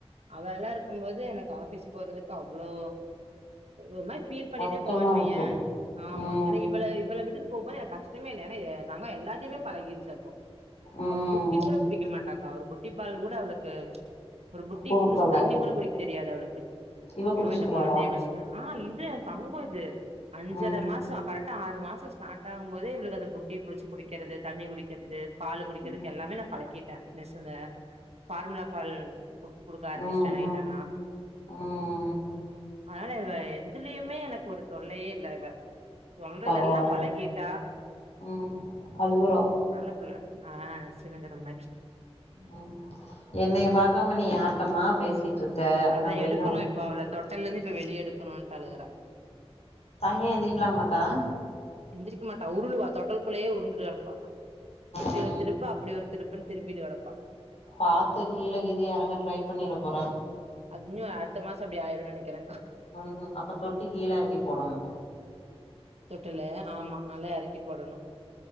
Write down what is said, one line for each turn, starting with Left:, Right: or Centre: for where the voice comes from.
Right: அவ எல்லா இருக்கமோது எனக் த ஆபீஸ் போறதுக்கு அவ்ளோ ஒரு நா பீல் பண்ணிட்டே
Left: கஷ்டமா
Right: போவேன் வையன்
Left: இருக்கு
Right: ஆமா
Left: ம்
Right: ஏனா இவள இவள விட் டுட்டு போக போது எனக்கு கஷ்டமே இல்ல ஏனா ஏ தங்கம் எல்லாத்தையமே பழகிடுச்சி அப்போ
Left: ம்
Right: அவன் புட்டி கூட புடிக்க மாட்டாக்கா அவரு புட் புட்டிபால் கூட அவளுக் க்கு ஒரு புட்டிய
Left: குடுக்கல
Right: புடிச்சி தண்ணி கூட குடிக் தெ முடியாது அவளுக்கு
Left: இவ குடிச்சுக்கிறாளா
Right: ஜயோ இந்த கொழந்தைய வச்ட்டு ஆ இது என் தங்கம் இது அஞ்சர
Left: ம்
Right: மாசம் கரெட்டா ஆறு மாச ஸார்ட் ஆவு போதே இவங்களுக்கு அந்த புட்டிபுடிச் குடிக் குடிக்கிறது தண்ணி குடிக்கிறது பால் குடிக்கிறதுக்கு
Left: ம்
Right: எல்லாமே நா பழக்கிட்டே பேசல ஃபார்முலா பால் கு குடுக்க ஆரம்பிச்சிட்டே
Left: ம்
Right: நைட்
Left: ம்
Right: ஆனா
Left: ம்
Right: ஆனா இவ எதுலயுமே எனக்கு ஒரு தொல்லையே இல்ல இவ சொல்றதெல்லா
Left: பரவால்ல
Right: பழ கா
Left: ம் அழுகுறா
Right: நல்ல பிள்ள ஆ சினுங்குற மாரி
Left: ம் என்னைய பாக்காம நீ யார்ட்டமா பேசிட்டு இருக்க
Right: அதா
Left: அப்டின்னு
Right: எடுக்கணு
Left: அவ
Right: இப்ப அவள தொட்டல்ல இருந்து இப்ப வெளிய எடுக்கணும்ட்டு அழுகுறா
Left: தனியா எழுந்திரிக்கலாமட்டா
Right: எஞ்திரிக்கக்க மாட்டா உருளுவா தொட்டல்க்குள்ளேயே உருண்டுட்டு கடப்பா இப்டி
Left: ம்
Right: ஒரு திருப்பு அப்டி ஒரு திருப்புன்னு திரும்பிட்டு கடக்கு ப்ப
Left: பாத்து கீழே கீது எறங்க ட்ரை பண்ணிர போறா
Right: அதுன்னு அடுத்த மாசோ அப்டி ஆயிரு நினைக்கிறே
Left: ம் அப்ப தொட்டி கீழே எறக்கி போடணு
Right: தொட்டிலு ஆமா அதுலா எறக்கி போடணு